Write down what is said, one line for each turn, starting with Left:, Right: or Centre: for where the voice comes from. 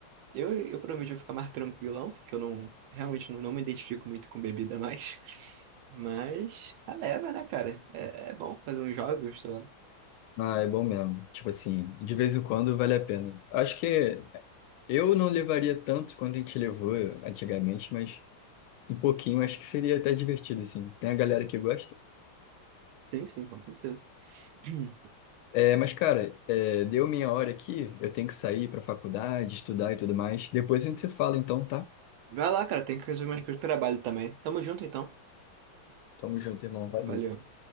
Right: Eu, eu prometo ficar mais tranquilão, porque eu não realmente não, não me identifico muito com bebida mais. Mas a leva, né, cara? É, é bom fazer uns jogos, sei lá.
Left: Ah, é bom mesmo. Tipo assim, de vez em quando vale a pena. Acho que eu não levaria tanto quanto a gente levou antigamente, mas um pouquinho acho que seria até divertido, assim. Tem a galera que gosta?
Right: Sim, sim, com certeza. <clears throat>
Left: É, mas, cara, é, deu minha hora aqui. Eu tenho que sair pra faculdade, estudar e tudo mais. Depois a gente se fala, então, tá?
Right: Vai lá, cara, tem que resolver umas coisas do trabalho também. Tamo junto então.
Left: Tamo junto, irmão. Valeu.
Right: Valeu.